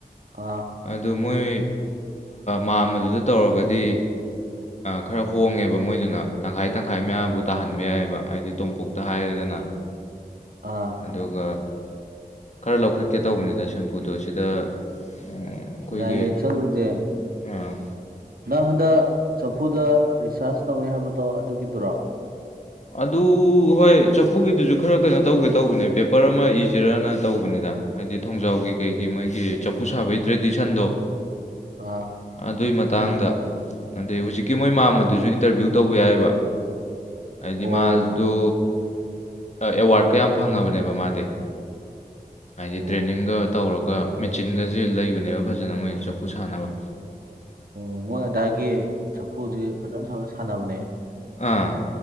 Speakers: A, on the right; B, on the left.
A: ꯑꯥ
B: ꯑꯗꯨ ꯃꯣꯏ ꯃꯥꯝꯕꯗꯨꯗ ꯇꯧꯔꯒꯗꯤ ꯈꯔ ꯍꯣꯡꯉꯦꯕ ꯃꯣꯏꯗꯨꯅ ꯇꯪꯈꯥꯏ ꯇꯪꯈꯥꯏ ꯃꯌꯥꯝꯕꯨ ꯇꯥꯍꯟꯕ ꯌꯥꯏꯑꯕ ꯍꯥꯏꯗꯤ ꯇꯣꯝꯄꯣꯛꯇ ꯍꯥꯏꯔꯦꯗꯅ
A: ꯑꯥ
B: ꯑꯗꯨꯒ ꯈꯔ ꯂꯧꯈꯠꯀꯦ ꯇꯧꯕꯅꯤꯗ ꯁꯦꯝꯄꯨꯗꯣ ꯁꯤꯗ ꯎꯝ, ꯑꯩꯈꯣꯏꯒꯤ
A: ꯌꯥꯏꯌꯦ ꯆꯂꯨꯖꯦ
B: ꯑꯥ
A: ꯅꯪ ꯍꯟꯗꯛ ꯆꯐꯨꯗ ꯔꯤꯆꯥꯥꯔꯖ ꯇꯧꯅꯤ ꯍꯥꯏꯕꯗꯣ ꯑꯗꯨꯒꯤꯗꯨꯔꯥ
B: ꯑꯗꯨ ꯍꯣꯏ ꯆꯐꯨꯒꯤꯗꯨꯁꯨ ꯈꯔ ꯀꯩꯅꯣ ꯇꯧꯒꯦ ꯇꯧꯕꯅꯦ ꯄꯦꯄꯔ ꯑꯃ ꯏꯁꯤꯔꯅ ꯇꯧꯕꯅꯤꯗ ꯍꯥꯏꯗꯤ ꯊꯣꯡꯖꯥꯎꯒꯤ ꯀꯩꯒꯤ ꯃꯣꯏꯒꯤ ꯆꯐꯨ ꯁꯥꯕꯒꯤ ꯇ꯭ꯔꯦꯗꯤꯁꯟꯗꯣ
A: ꯑꯥ
B: ꯑꯗꯨꯒꯤ ꯃꯇꯥꯡꯗ ꯑꯗꯩ ꯍꯧꯖꯤꯛꯀꯤ ꯃꯣꯏ ꯃꯥꯝ ꯑꯗꯨꯁꯨ ꯏꯟꯇꯔꯚ꯭ꯌꯨ ꯇꯧꯕ ꯌꯥꯏꯕ ꯍꯥꯏꯗꯤ
A: ꯑꯣ
B: ꯃꯥꯗꯨ ꯑꯦꯋꯥꯔꯠ ꯀꯌꯥꯝ ꯐꯪꯉꯕꯅꯦꯕ ꯃꯥꯗꯤ ꯍꯥꯏꯗꯤ
A: ꯑꯣ
B: ꯇ꯭ꯔꯦꯅꯤꯡꯒ ꯇꯧꯔꯒ ꯑꯗꯨꯒ ꯃꯦꯆꯤꯟꯒꯁꯦ ꯂꯩꯕꯅꯦꯕ ꯐꯖꯅ ꯃꯣꯏ ꯆꯐꯨ ꯁꯥꯟꯅꯕ
A: ꯑꯣ ꯃꯣꯏ ꯑꯗꯥꯒꯤ ꯆꯐꯨꯁꯦ ꯐꯖꯅ ꯁ ꯁꯥꯟꯅꯕꯅꯦ
B: ꯑꯥ